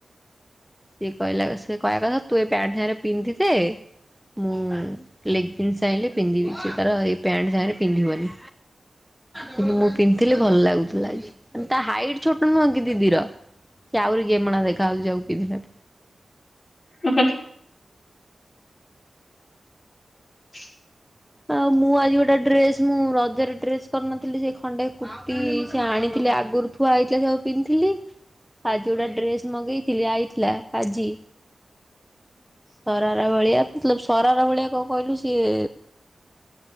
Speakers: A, in the centre; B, on the left.
A: ସେ କହିଲା ସିଏ କହିବା କଥା ତୁ ଏ ପ୍ୟାଣ୍ଟ ସାଙ୍ଗରେ ପିନ୍ଧିଦେ ମୁଁ ଲେଗେନ୍ସି ଆଣିଲେ ପିନ୍ଧିବି। ସେ ତାର ଏଇ ପ୍ୟାଣ୍ଟ ସାଙ୍ଗରେ ପିନ୍ଧିବନି କିନ୍ତୁ ମୁଁ ପିନ୍ଧିଲେ ଭଲ ଲାଗୁଥିଲା ତା ହାଇଟ ଛୋଟ ନୁହଁ କି ଦିଦିର କି ଆହୁରି ଗେମେଣା ଦେଖାହାଉଛି ଆଉ ପିନ୍ଧିଲା
B: ହୁ ହୁ ହୁ। <inaudible>
A: ଆଉ ମୁଁ ଆଜି ଗୋଟେ ଡ୍ରେସ ମୁଁ ରଜରେ ଡ୍ରେସ କରିନଥିଲି ଯେ ଖଣ୍ଡେ କୁର୍ତ୍ତି ସେ ଆଣିଥିଲି ଆଗରୁ ଥୁଆ ହେଇଥିଲା ସେଉ ପିନ୍ଧଥିଲି ଆଜି ଗୋଟେ ଡ୍ରେସ ମଗେଇଥିଲି ଆଇଥିଲା ଆଜି ସରାର ଭଳିଆ ମଲ ସରାର ଭଳିଆ କଣ କହିଲୁ ସିଏ